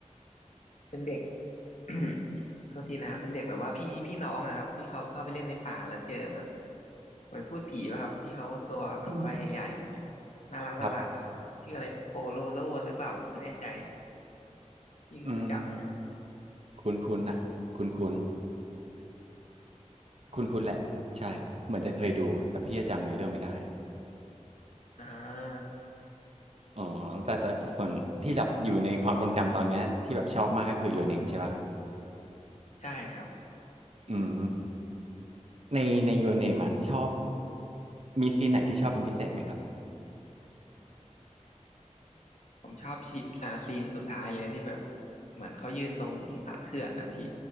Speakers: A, on the left; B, on the right.
A: เป็นเด็ก <coughs> โทษทีนะเป็นเด็กแบบว่าพี่พี่น้องอะครับที่เขาเข้าไปเล่นในป่าแล้วเจอแบบเหมือนพูดผีป่ะครับที่เขาตัวแบบว่าใหญ่ๆหน่อยอะน่ารักน่ารักอะครับชื่ออะไรโปโลโลหรือเปล่าผมไม่แน่ใจ
B: <clears throat> <laughs> ครับ
A: ยี่รู้จักไหมอะ
B: อืมคุ้นๆน่ะคุ้นๆคุ้นๆแหละใช่เหมือนจะเคยดูแต่พี่จะจำเนื้อเรื่องไม่ได้
A: อ่า
B: อ๋อแต่แต่แต่ส่วนที่แบบอยู่ในความทรงจำตอนเนี้ยที่แบบชอบมากก็คือ Your Name ใช่ปะ
A: ใช่ครับ
B: อืมในใน Your Name อะชอบมีซีนไหนที่ชอบเป็นพิเศษไหมครับ
A: ผมชอบชีอ่าซีนสุดท้ายเลยที่แบบเหมือนเขายืนตรงสันเขื่อนนะพี่